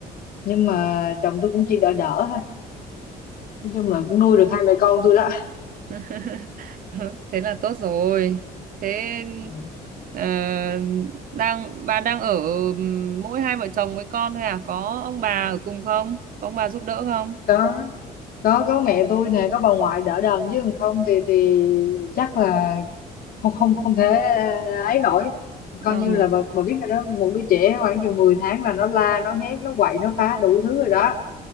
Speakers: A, on the left; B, on the right.
A: Nhưng mà chồng tôi cũng chỉ đỡ đỡ thôi. Nói chung là cũng nuôi được hai mẹ con tôi đó.
B: <laughs> thế là tốt rồi thế
A: Ừ.
B: ờ, đang bà đang ở ừm, mỗi hai vợ chồng với con thôi à có ông bà ở cùng không có ông bà giúp đỡ không
A: Có. có có mẹ tôi nè có bà ngoại đỡ đần chứ còn không thì thì chắc là không không không thể à, ấy nổi coi
B: ờ
A: như là bà, bà biết rồi đó một đứa trẻ khoảng chừng 10 tháng là nó la nó hét nó quậy nó phá đủ thứ rồi đó